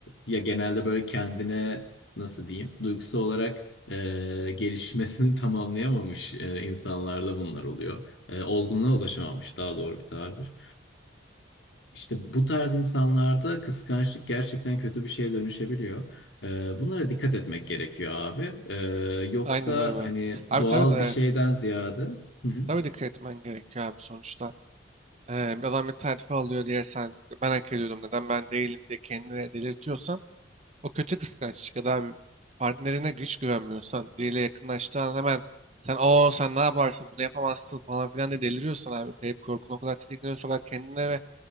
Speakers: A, on the left; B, on the right.
A: ya genelde böyle kendine nasıl diyeyim duygusal olarak e, gelişmesini <laughs> tamamlayamamış e, insanlarda bunlar oluyor. E, olgunluğa ulaşamamış daha doğru bir tabir. İşte bu tarz insanlarda kıskançlık gerçekten kötü bir şeye dönüşebiliyor. Ee, bunlara dikkat etmek gerekiyor abi. Ee, yoksa
B: Aynen abi.
A: hani
B: Abi
A: doğal
B: tabii tabii,
A: bir şeyden ziyade... Hı hı.
B: tabii dikkat etmen gerekiyor abi sonuçta. Ee, bir adam bir terfi alıyor diye sen ben hak ediyordum neden ben değilim diye kendine delirtiyorsan o kötü kıskançlık ya da bir partnerine hiç güvenmiyorsan biriyle yakınlaştığın an hemen sen o sen ne yaparsın bunu yapamazsın falan filan diye deliriyorsan abi kayıp korkun o kadar tetikleniyor sokak kendine ve